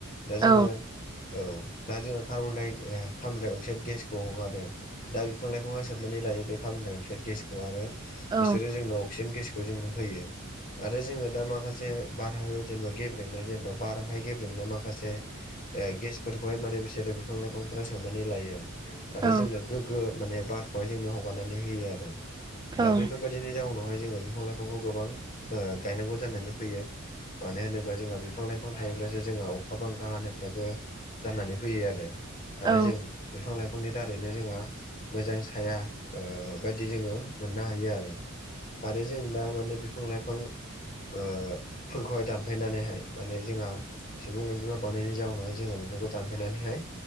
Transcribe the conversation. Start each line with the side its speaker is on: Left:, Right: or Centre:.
Left: दा जोङो
Right: औ
Left: औ दा जोङो कार्बनडाय ओ कार्बन डाइ अक्साइड गेसखौ हगारो दा बिफां लाइफाङा सोब सोबनानै लायो बे कार्बन डाइ अक्साइड गेसखौ आरो
Right: औ
Left: बिसोरो जोंनो अक्सिजेन गेसखौ जोंनो होयो आरो जोङो दा माखासे बारहावायाव जेनेबा गेब्रेंनाय जेनेबा बारावहाय गेब्रेंनाय माखासे ओ गेसफोरखौहाय माने बिसोरो बिफां लाइफांफोरा सोबनानै लायो आरो
Right: औ
Left: जोंनो गोग्गो माने बारखौहाय जोंनो हगारनानै होयो आरो
Right: औ
Left: दा बैफोर बेबायदिनि जाउनावहाय जोङो बिफां लाइफांखौ गोबां गायनांगौ जानानै फैयो मानो होनोब्ला जोंहा बिफां लाइफां थायोब्लासो जोंहा अखा बांखा हानायफ्राबो जानानै फैयो आरो आरो
Right: औ
Left: जों बिफां लाइफांनि दारैनो जोंहा हाया बायदि जोङो मोननो हायो आरो आरो जों दा माने बिफां लाइफांफोरखौहाय दानफायनानैहाय माने जोंहा सुबुं अनजिमा बानायनायनि जाउनावहाय जोङो बेफोरखौ दानफायनानैहाय